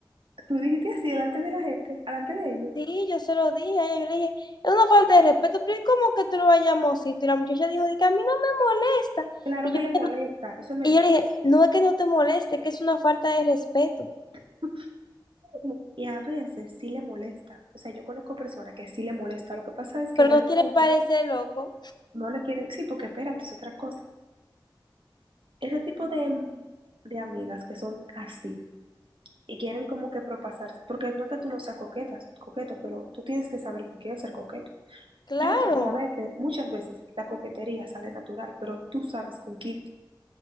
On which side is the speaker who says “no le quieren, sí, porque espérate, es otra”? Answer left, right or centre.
Right